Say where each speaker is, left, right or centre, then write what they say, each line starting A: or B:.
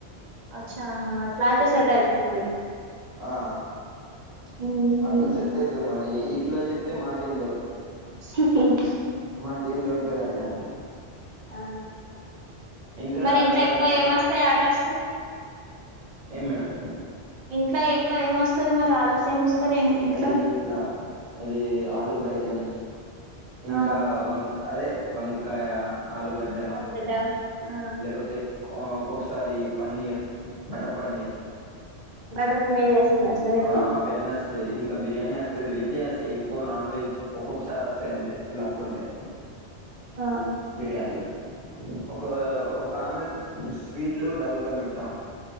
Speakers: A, on the right; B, on the right.
A: అచ్చా హా అట్లా అయితే సెట్ అయితాది మరి
B: ఆ
A: ఉహు.
B: అట్లా సెట్ సెట్ అయితాది మరి ఇట్లా చేత్తే మాకేం దొరుకుతాది
A: ఉ హు హు
B: మాకేం దొరకదు అట్లా అంటే
A: ఆ
B: ఇంకా
A: మరి ఇంట్లో
B: దాంట్ల
A: ఎక్కువ ఏమొస్తాయి ఆర్డర్స్
B: ఏం మేడం
A: ఇంట్లో ఎక్కువ ఏమొస్తది మరి ఆర్డర్స్ ఏమిస్తారు ఇంట్లో
B: ఈ ఇట్లా అది ఆలూ బేగన్ ఇంకా
A: ఆ
B: వంక్ అదే వంకాయ ఆలుగడ్డ
A: డ్డ ఆ
B: లేకపోతే ఒక్కొక్కసారి పన్నీర్ మటర్ పన్నీర్
A: బటర్ పన్నీర్ చేస్తారు కావచ్చు కదా ఎక్కువ
B: ఆ వేన్నేస్ వస్తాయి ఇంకా బిర్యానీ ఏస్తది వెజ్జే ఏస్ ఎక్కువ నాన్ వెజ్ ఒక్కొక్కసారి వస్తాయి అంతే లక్ ఉంటే
A: ఆ
B: బిర్యానీలు ఒక ఒక ఆమె స్వీట్లు డబుల్గా మిఠా